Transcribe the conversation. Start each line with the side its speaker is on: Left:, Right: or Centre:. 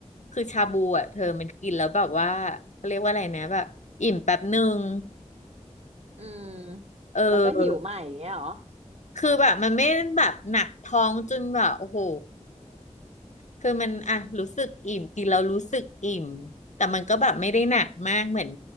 Left: คือชาบูอ่ะเธอมันกินแล้วแบบว่าเขาเรียกว่าอะไรนะแบบอิ่มแป๊บหนึ่ง
Right: <laughs> อืม
Left: เออ
Right: แล้วก็หิวใหม่อย่างเงี้ยหรอ
Left: คือแบบมันไม่แบบหนักท้องจนแบบโอ้โหคือมันอ่ะรู้สึกอิ่มกินแล้วรู้สึกอิ่มแต่มันก็แบบไม่ได้หนักมากเหมือน